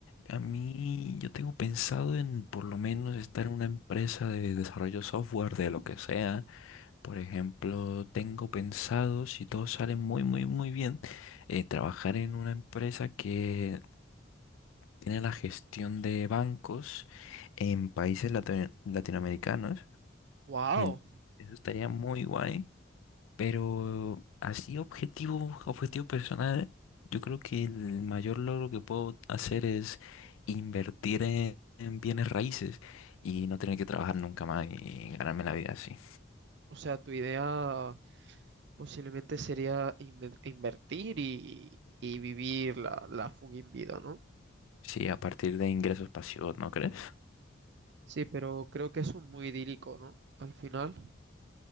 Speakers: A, on the left; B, on the right.
A: a mí yo tengo pensado en por lo menos estar en una empresa de desarrollo software, de lo que sea. Por ejemplo, tengo pensado, si todo sale muy, muy, muy bien, eh, trabajar en una empresa que tiene la gestión de bancos en países latino- latinoamericanos.
B: ¡Wow!
A: Y en- eso estaría muy guay. Pero así objetivo, objetivo personal, yo creo que el mayor logro que puedo hacer es invertir en, en bienes raíces y no tener que trabajar nunca más y ganarme la vida así.
B: O sea, tu idea Posiblemente sería inve- invertir y, y vivir la, la fucking vida, ¿no?
A: Sí, a partir de ingresos pasivos, ¿no crees?
B: Sí, pero creo que eso es muy idílico, ¿no? Al final,